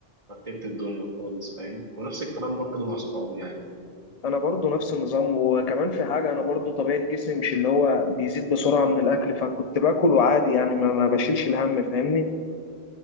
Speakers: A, on the right; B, on the left.
A: فرتبت الدنيا خالص فاهم ونفس الكلام برضو مع أصحابي يعني
B: انا برضه نفس النظام وكمان في حاجة انا برضه طبيعة جسمي مش اللي هو بيزيد بسرعة من الاكل فكنت باكل وعادي يعني ما ما بشيلش الهم فاهمني